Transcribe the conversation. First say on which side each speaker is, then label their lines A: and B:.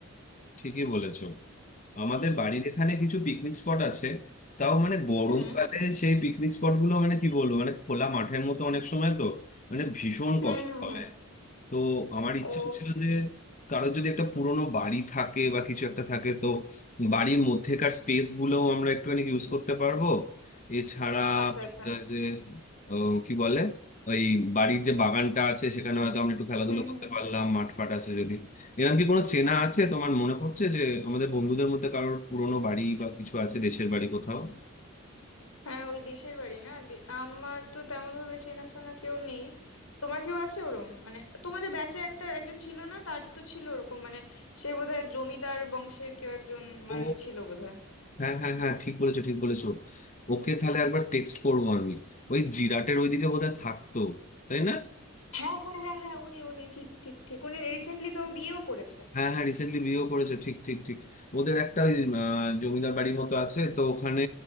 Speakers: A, on the left; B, on the left.
A: ঠিকই বলেছো আমাদের বাড়ির এখানে কিছু পিকনিক স্পট আছে তাও মানে গরমকালে
B: হুম
A: সেই পিকনিক স্পট গুলো মানে কি বলবো মানে খোলা মাঠের মতো অনেক সময় তো মানে ভীষণ
B: হুম
A: কষ্ট
B: হুম
A: হবে
B: হুম
A: তো আমার
B: ও
A: ইচ্ছে ছিল যে কারোর যদি একটা পুরোনো বাড়ি থাকে বা কিছু একটা থাকে তো বাড়ির মধ্যেকার স্পেস গুলোও আমরা একটুখানি ইউজ করতে পারবো এছাড়া
B: আচ্ছা আচ্ছা
A: আহ, যে আহ, কি বলে ওই বাড়ির যে বাগানটা আছে সেখানে হয়তো আমরা একটু খেলাধুলো
B: হুম
A: করতে
B: হুম।
A: পারলাম মাঠ ফাট আছে যদি এরকম কি কোনো চেনা আছে তোমার মনে পড়ছে যে আমাদের বন্ধুদের মধ্যে কারোর পুরোনো বাড়ি বা কিছু আছে দেশের বাড়ি কোথাও
B: হ্যাঁ ওই দেশের বাড়ি না দে- আমার তো তেমন ভাবে চেনাশোনা কেউ নেই তোমার কেউ আছে ওরম মানে তোমাদের ব্যাচে একটা একজন ছিল না তার তো ছিল ওরকম মানে সে বোধহয় জমিদার বংশের কেউ একজন মানে
A: ও
B: ছিল বোধহয়
A: হ্যাঁ হ্যাঁ হ্যাঁ ঠিক বলেছো ঠিক বলেছো ওকে তাহলে একবার টেক্সট করবো আমি ওই জিরাটের ওইদিকে বোধহয় থাকতো তাই না
B: হ্যাঁ হ্যাঁ হ্যাঁ হ্যাঁ উনি উনি ঠিক ঠিক ঠিক উনি রিসেন্টলি তো বিয়েও করেছে
A: হ্যাঁ হ্যাঁ রিসেন্টলি বিয়েও করেছে ঠিক ঠিক ঠিক ওদের একটা ওই আহ, জমিদার বাড়ির মতো আছে তো ওখানে